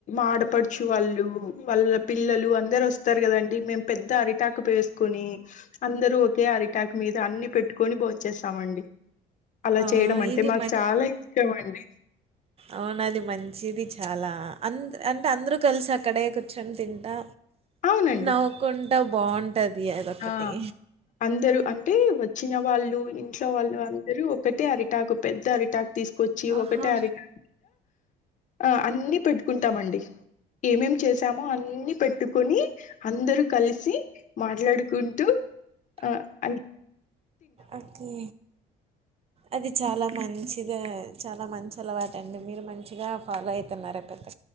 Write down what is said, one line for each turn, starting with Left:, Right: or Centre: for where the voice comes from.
Left: ఆడపడుచు వాళ్ళు వాళ్ళ పిల్లలు అందరు వస్తారు కదండి మే పెద్ద అరిటాక్ వేసుకుని అందరు ఒకే అరిటాక్ మీద అ పెట్టుకొని బోంచ్చేస్తామండి అలా
Right: ఆ!
Left: చేయడం అంటే
Right: ఇది
Left: మాకు చాలా ఇష్టం అండి
Right: అవునుది మంచిది చాలా అ అంటే అందరూ కలిసి అక్కడే కూర్చొని తింటా
Left: అవునండి
Right: నవ్వుకుంటా బాగుంటుంది అదొకటి
Left: ఆ అందరూ అంటే వచ్చిన వాళ్ళు ఇంట్లో వాళ్ళు అందరుూ ఒకటే అరిటాకు పెద్ద అరిటాక్ తీసుకొచ్చి
Right: ఆహా!
Left: ఒకటే అరిటాకు ఆ అన్ని పెట్టుకుంటామండి ఏమేం చేసామో అన్ని పెట్టుకుని అందరు కలిసి మాట్లాడు కుంటూ ఆ అ
Right: ఓకే అది చాలా మంచిదే చాలా మంచి అలవాటు అండి మీరు మంచిగా ఫాలో అయితున్నారు పెద్